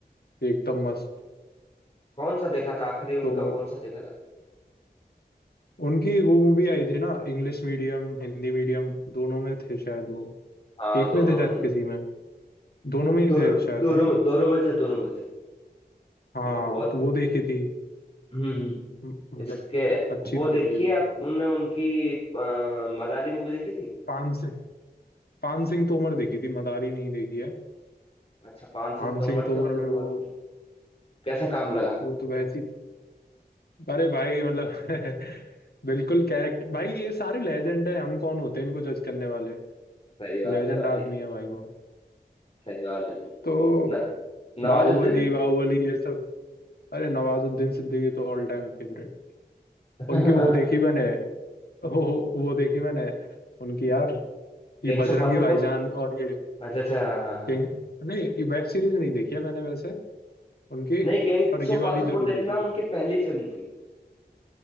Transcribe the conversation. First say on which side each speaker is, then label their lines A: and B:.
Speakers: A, on the left; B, on the left.
A: एकदम मस्त
B: कौन सा देखा था आखिरी उनका
A: तो
B: कौन सा देखा था
A: उनकी वो मूवी आई थी ना इंग्लिश मीडियम हिंदी मीडियम दोनों में थे शायद वो
B: हाँ
A: एक
B: दोनों
A: में थे शायद
B: दोनों
A: किसी में दोनों में ही
B: दोनों
A: थे शायद
B: दोनों
A: है
B: में-
A: ना
B: दोनों में थे दोनों में थे
A: हाँ
B: वो बहुत
A: तो वो देखी थी
B: हम्म हम्म
A: म- मतलब
B: इसके
A: अच्छी
B: वो
A: थी
B: देखिए
A: मूवी वो
B: आप उनने उनकी अ, मदारी मूवी देखी थी
A: पान सिंह पान सिंह तोमर देखी थी मदारी नहीं देखी है
B: अच्छा पान
A: पान
B: सिंह तोमर
A: सिंह तोमर
B: तो फिर
A: में
B: बहुत
A: वो
B: कैसा काम लगा
A: वो तो वैसी अरे भाई मतलब <laughs> बिल्कुल कैरेक्टर भाई ये सारे लेजेंड है हम कौन होते हैं इनको जज करने वाले
B: सही बात
A: लेजेंड
B: है भाई
A: आदमी है भाई वो
B: सही बात है
A: तो
B: न, नवाजुद्दीन
A: बाहुबली बाहुबली ये सब अरे नवाजुद्दीन सिद्दीकी तो ऑल टाइम फेवरेट
B: <laughs>
A: उनकी वो देखी मैंने हो हो, वो देखी मैंने उनकी यार
B: Gangs
A: ये बजरंगी
B: of Wasseypur
A: भाईजान और ये
B: अच्छा अच्छा हाँ, हाँ, हाँ।
A: किंग नहीं ये वेब सीरीज नहीं देखी है मैंने वैसे उनकी
B: नहीं गैंग्स
A: पर ये
B: ऑफ वासेपुर
A: वाली जरूर
B: देखना
A: देखी है
B: उनकी पहली फिल्म थी